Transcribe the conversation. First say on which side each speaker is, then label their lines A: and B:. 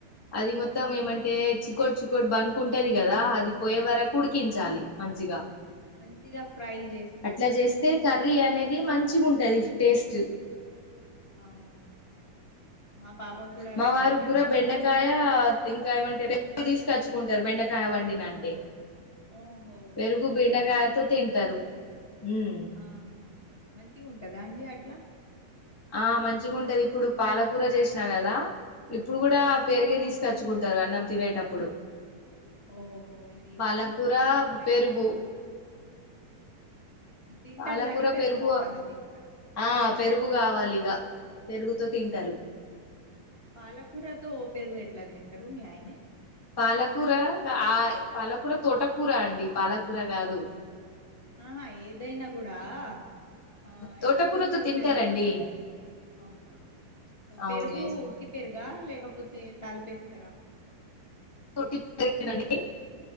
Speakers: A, on the left (about 25°); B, on the left (about 80°).
A: అది మొత్తం
B: ఆహా
A: ఏమంటే చికోటి చికోటి బంక్ ఉంటది కదా అది పోయే వరకు ఉడికించాలి
B: అవునవును
A: మంచిగా
B: మంచిగా ఫ్రై చేస్తారు
A: అట్లా
B: కదా
A: చేస్తే
B: మీరు
A: కర్రీ అనేది మంచిగా ఉంటది టేస్ట్
B: అవును మా పాపకు కూడా
A: మా
B: అట్లనే
A: వారు గూడా
B: మంచిగా
A: బెండకాయ ఇంకా ఏమంటే <unintelligible> <unintelligible> బెండకాయ వండిన అంటే
B: ఓహో
A: పెరుగు బెండకాయతో
B: బెండకాయ
A: తింటారు హ్మ్మ్
B: ఆహా మంచిగా ఉంటదా అండి అట్లా
A: ఆ మంచిగా ఉంటది ఇప్పుడు పాలకూర చేసినా కదా ఇప్పుడు కూడా
B: ఆహా
A: పేరుగే తీసుకచ్చుకుంటారు అన్నం తినేటప్పుడు
B: ఓహో ఇది
A: పాలకూర
B: హల్ది ఫూడ్ తో మీ ఆయనే
A: పెరుగు
B: తినరు తింటారు
A: పాలకూర
B: గాని పెరుగుతో
A: పెరుగు
B: సహా తింటారు
A: ఆ పెరుగు కావాలి ఇగ పెరుగుతో తింటాలు
B: ఆ పాలకూరతో ఓ పెరుగు ఎట్లా తింటారు మీ ఆయన
A: పాలకూర ఆ పాలకూర తోటకూర అండి పాలకూర కాదు
B: ఆహా ఏదైనా కూడా ఆ
A: తోటకూరతో
B: ఎట్లా తింటారు
A: తింటారండి
B: పెరుగుతో స అవునా
A: అవునే
B: పెరుగు ఉట్టి పెరుగు లేకపోతే తలిపేస్తారా
A: <unintelligible> అండి